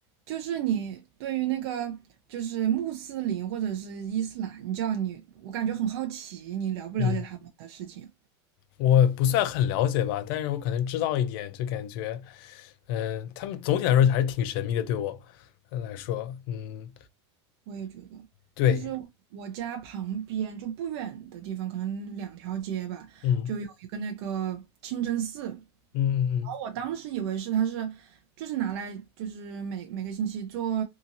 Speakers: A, on the right; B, on the left.
A: 就是你对于那个就是穆斯林或者是伊斯兰教你，我感觉很好奇，你了不了解他们的事情？
B: 嗯，我不算很了解吧，但是我可能知道一点，就感觉，嗯、他们总体来说还是挺神秘的，对我呃来说，嗯，
A: 我也觉得，
B: 对，
A: 就是我家旁边就不远的地方，可能两条街吧，
B: 嗯
A: 就有一个那个清真寺，
B: 嗯嗯
A: 我当时以为是他是就是拿来就是每每个星期做